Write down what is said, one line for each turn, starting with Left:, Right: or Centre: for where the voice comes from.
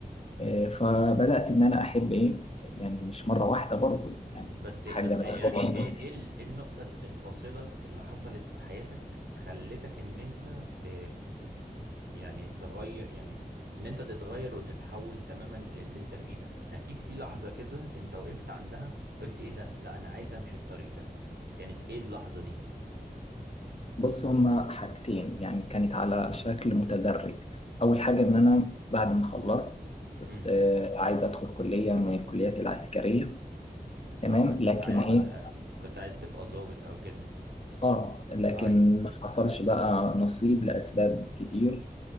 Left: آه، فبدأت ان انا احب ايه يعني مش مرة واحدة برضه يعني
Right: بس
Left: حاجة
Right: بس
Left: انا
Right: يعني ايه ايه ال- إيه النقطة ال- الفاصلة اللي حصلت في حياتك خلتك ان انت ت يعني تغير يعني ان انت تتغير وتتحول تماما للي انت فيه ده اكيد في لحظة كده انت وقفت عندها قلت ايه ده لا انا عايز امشي الطريق ده كانت ايه اللحظة دي
Left: بص هما حاجتين يعني كانت على شكل متدرج أول حاجة إن أنا بعد ما خلصت كنت
Right: امم
Left: آه، عايز أدخل كلية من الكليات العسكرية تمام
Right: اه كنت
Left: لكن
Right: عايز
Left: إيه
Right: آه، كنت عايز تبقى ظابط او كده
Left: آه لكن
Right: ايوه
Left: ما حصلش بقى نصيب لأسباب كتير